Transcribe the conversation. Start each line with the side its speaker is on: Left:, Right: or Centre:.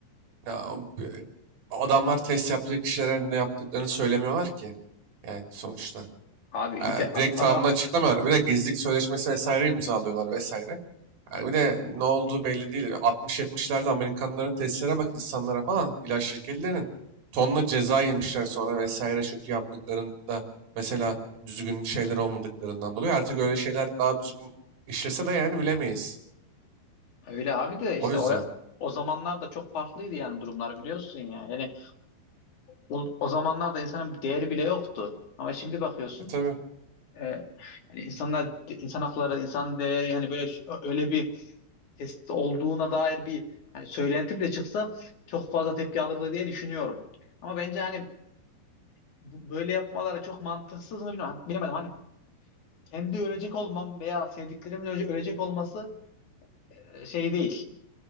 Right: Ya, o bi- adamlar test yaptığı kişilere ne yaptıklarını söylemiyorlar ki. Yani sonuçta.
Left: Abi iyi
Right: Ee,
Left: de adam
Right: direkt tamamını açıklamıyorlar. Bir de gizlilik sözleşmesi vesaire imzalıyorlar vesaire. Yani bir de ne olduğu belli değil. 60-70'lerde Amerikanların testlere bak insanlara falan ilaç şirketlerinin tonla ceza yemişler sonra vesaire çünkü yaptıklarında mesela düzgün şeyler olmadıklarından dolayı artık öyle şeyler daha düzgün işlese de yani bilemeyiz.
Left: Öyle abi de işte
Right: O yüzden.
Left: o o zamanlar da çok farklıydı yani durumlar biliyorsun ya. Yani o, o zamanlarda insanın bir değeri bile yoktu. Ama şimdi bakıyorsun
Right: E, tabii.
Left: e, yani insanlar insan hakları, insan değeri yani böyle ş- öyle bir test olduğuna dair bir hani söylenti bile çıksa çok fazla tepki alırdı diye düşünüyorum. Ama bence hani bu- böyle yapmaları çok mantıksız mı bilmiyorum. Hani Bilemedim. Hani kendi ölecek olmam veya sevdiklerimin öle- ölecek olması e, şey değil.